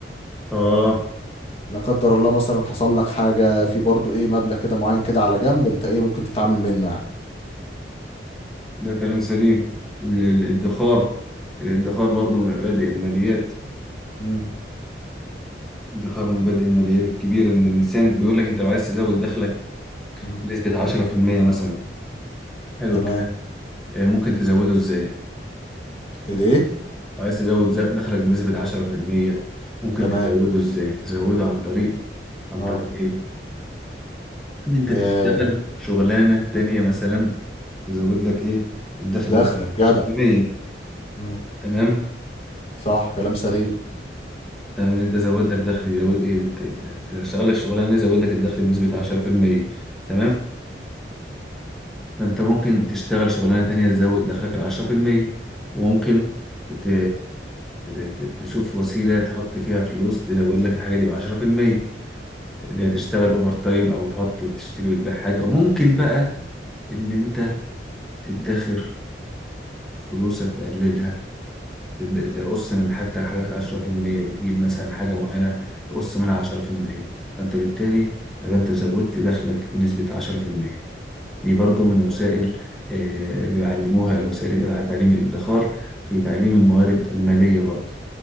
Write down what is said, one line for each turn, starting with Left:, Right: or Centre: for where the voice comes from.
Centre: آه
Left: لا قدر الله مثلا حصل لك حاجة في برضه ايه مبلغ كده معين كده على جنب انت ايه ممكن تتعامل منه يعني
Centre: ده كلام سليم ال- ال- الادخار الادخار برضو من مبادئ الماليات
Left: مم.
Centre: الادخار من مبادئ الماليات الكبيرة إن الإنسان بيقول لك أنت لو عايز تزود دخلك
Left: مم.
Centre: بنسبة 10% مثلا حلو
Left: تمام
Centre: الكلام آه، ممكن تزوده إزاي؟
Left: الايه
Centre: عايز تزود ز- دخلك بنسبة 10% ممكن
Left: تمام
Centre: تزوده ازاي؟ تزوده عن طريق عن
Left: اه
Centre: طريق ايه؟ ان انت
Left: آه
Centre: تشتغل شغلانة تانية مثلا تزود لك ايه الدخل
Left: دخلك
Centre: ده
Left: جدع
Centre: 10%
Left: مم.
Centre: تمام؟
Left: صح كلام سليم
Centre: تمام ان انت زود لك دخل يزود ايه ت- ت- تشتغل لك شغلانة يزود لك الدخل بنسبة 10% تمام؟ فانت ممكن تشتغل شغلانة تانية تزود دخلك ال 10% وممكن ت- ت- ت- تشوف وسيلة تحط فيها فلوس تزود لك الحاجة دي بعشرة في المية اللي هي تشتغل اوفر تايم او تحط تشتري وتبيع حاجه وممكن بقى ان انت تدخر فلوسك تقللها تد- تقص من حاجتك حاجتك 10% بتجيب مثلا حاجه معينه تقص منها 10% فانت بالتالي يبقى انت زودت دخلك بنسبه 10% دي برضو من وسائل آه، اللي بيعلموها وسائل تعليم الادخار في تعليم الموارد الماليه برضو